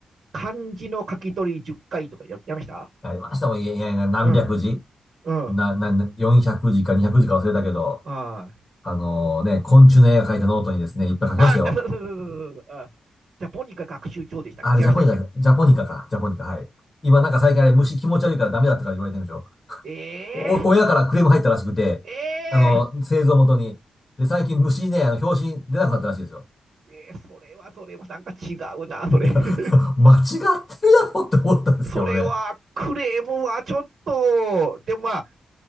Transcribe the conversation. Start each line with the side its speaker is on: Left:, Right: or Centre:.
Right: 漢字の書き取り10回とかや、やりました
Left: ありましたもん、いやいやいや、何百字
Right: うん。うん。
Left: な、な、400字か200字か忘れたけど、
Right: はい。
Left: あのね、昆虫の絵が描いたノートにですね、いっぱい書きましたよ。
Right: あ、<laughs> そうそうそうそうそう。あ、ジャポニカ学習帳でしたっけ違いましたっけ
Left: あれ、ジャポニカ、ジャポニカか、ジャポニカ、はい。今なんか最近あれ、虫気持ち悪いからダメだったから言われてるんでしょ。
Right: <laughs>
Left: お、親からクレーム入ったらしくて、
Right: えええ
Left: あの、
Right: ー
Left: 製造元に。で、最近虫ね、あの、表紙出なくなったらしいですよ。
Right: えーそれはそれはなんか違うな、それ。
Left: <laughs>
Right: <laughs>
Left: 間違ってるだろうって思ったんですけどね。
Right: それはクレームはちょっと、でもまあ、